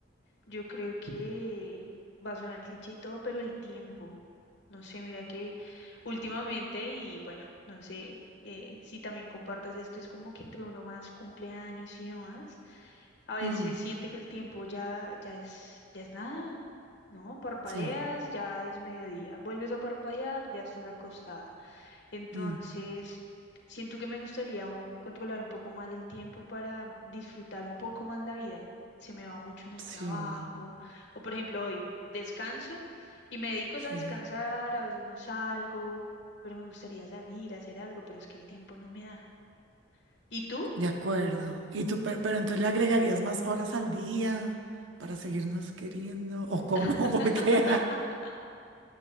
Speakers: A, on the left; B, on the right.
A: Yo creo que va a sonar cliché y todo, pero el tiempo. No sé, mira que últimamente, y bueno, no sé eh, si también compartas esto, es como que entre uno más cumpleaños y demás, a veces
B: Mm,
A: siente que el tiempo ya, ya es, ya es nada, ¿no? Parpadeas,
B: sí,
A: ya es mediodía, vuelves a parpadear, ya estás acostada. Entonces,
B: mm,
A: siento que me gustaría un- controlar un poco más el tiempo para disfrutar un poco más la vida. Se me va mucho en el
B: sí,
A: trabajo. O por ejemplo, hoy descanso y me dedico
B: sí.
A: a descansar, a veces no salgo, pero me gustaría salir a hacer algo, pero es que el tiempo no me da. ¿Y tú?
B: De acuerdo. Y tú, pe- pero, entonces le agregarías más horas al día para seguirnos queriendo. ¿O cómo?
A: <laughs>
B: <laughs> ¿Por qué?